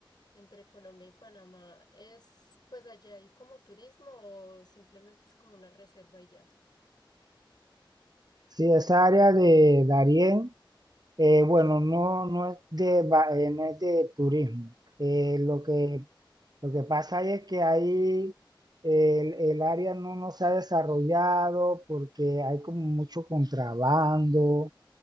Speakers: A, on the left; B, on the right.
A: entre Colombia y Panamá, ¿es pues allá hay como turismo o simplemente es como una reserva y ya?
B: Sí, esa área de Darién, eh, bueno, no, no es de, va- eh, no es de turismo. Eh, lo que Lo que pasa es que ahí el, el área no, no se ha desarrollado porque hay como mucho contrabando